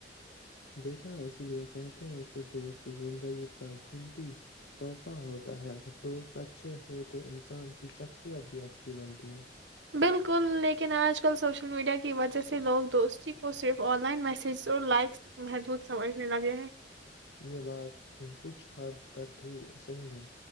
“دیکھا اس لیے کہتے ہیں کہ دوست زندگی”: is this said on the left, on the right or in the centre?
Left